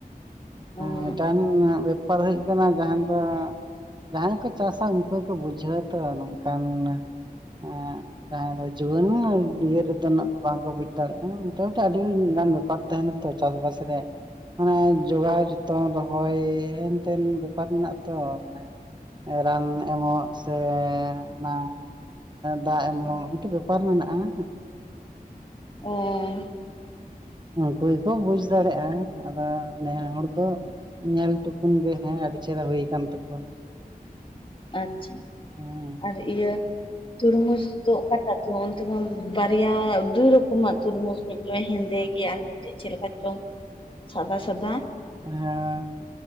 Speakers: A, on the left (about 35°); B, on the right (about 30°).
A: ᱚ
B: ᱢᱤᱫᱴᱟᱝ ᱵᱮᱯᱟᱨ ᱦᱩᱭᱩᱜ ᱠᱟᱱᱟ ᱡᱟᱦᱟᱸ ᱫᱚ ᱡᱟᱦᱟᱸᱭ ᱠᱚ ᱪᱟᱥᱟ ᱩᱱᱠᱩ ᱜᱮᱠᱚ ᱵᱩᱡᱷᱟᱹᱣᱟ ᱛᱚ ᱱᱚᱝᱠᱟᱱ ᱦᱮᱸ ᱡᱟᱦᱟᱸ ᱫᱚ ᱡᱩᱣᱟᱹᱱ ᱤᱭᱟᱹ ᱨᱮᱫᱚ ᱩᱱᱟᱹᱜ ᱫᱚ ᱵᱟᱝ ᱠᱚ ᱵᱩᱡ ᱫᱟᱲᱮᱭᱟᱜᱼᱟ ᱾ ᱡᱚᱛᱚ ᱟᱹᱰᱤ ᱜᱟᱱ ᱵᱮᱯᱟᱨ ᱛᱟᱦᱮᱱᱟ ᱛᱚ ᱪᱟᱥᱵᱟᱥ ᱨᱮ ᱾ ᱢᱟᱱᱮ ᱡᱚᱜᱟᱣ ᱡᱚᱛᱚᱱ ᱨᱚᱦᱚᱭ ᱦᱮᱱᱛᱮᱱ ᱵᱮᱯᱟᱨ ᱢᱮᱱᱟᱜᱼᱟ ᱛᱚ ᱢᱟᱱᱮ ᱨᱟᱱ ᱮᱢᱚᱜ ᱥᱮ ᱚᱱᱟ ᱫᱟᱜ ᱮᱢᱚᱱ ᱢᱤᱫᱴᱮᱱ ᱵᱮᱯᱟᱨ ᱢᱮᱱᱟᱜᱼᱟ ᱾
A: ᱮᱸ
B: ᱩᱱᱠᱩ ᱜᱮᱠᱚ ᱵᱩᱡ ᱫᱟᱲᱮᱭᱟᱜᱼᱟ ᱾ ᱟᱫᱚ ᱱᱮᱭᱟ ᱦᱚᱲ ᱫᱚ ᱧᱮᱞ ᱴᱩᱠᱩᱱ ᱜᱮ ᱦᱮᱸ ᱟᱹᱰᱤ ᱪᱮᱦᱨᱟ ᱦᱩᱭ ᱠᱟᱱᱟᱱ ᱛᱟᱠᱚᱣᱟ ᱾
A: ᱟᱪᱪᱷᱟ
B: ᱦᱮᱸ
A: ᱾ ᱟᱨ ᱤᱭᱟᱹ ᱛᱚᱨᱢᱩᱡᱽ ᱫᱚ ᱚᱠᱟᱴᱟᱜ ᱛ ᱚᱱᱛᱮᱢᱟ ᱵᱟᱨᱭᱟ ᱫᱩᱭ ᱨᱚᱠᱚᱢᱟᱜ ᱛᱚᱨᱢᱩᱡᱽ ᱢᱤᱫᱴᱮᱱ ᱦᱮᱱᱫᱮ ᱜᱮᱭᱟ ᱟᱨ ᱢᱤᱫᱴᱮᱡ ᱪᱮᱫ ᱞᱮᱠᱟ ᱪᱚᱝ ᱥᱟᱫᱟ ᱥᱟᱫᱟ
B: ᱦᱮᱸ